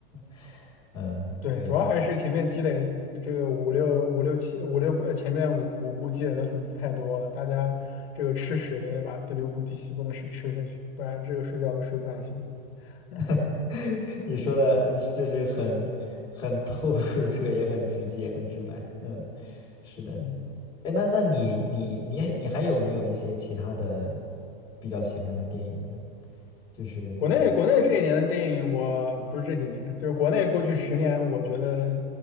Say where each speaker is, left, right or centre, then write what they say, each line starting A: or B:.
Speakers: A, on the left; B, on the left.
A: <laughs> 嗯，
B: 对，
A: 对，
B: 主要还是前面积累这个五六五六七五六呃前面五五部积累的粉丝太多了，大家这个吃屎也得把第六部、第七部的屎吃下去，不然这个睡觉都睡不安心。<laughs>
A: <laughs> 你说的就是很很透彻，也很直接，很直白。嗯，是的。
B: 嗯。
A: 哎，那那你你你你还有没有一些其他的比较喜欢的电影呢？就是
B: 国内国内这一年的电影，我不是这几年，就是国内过去十年，我觉得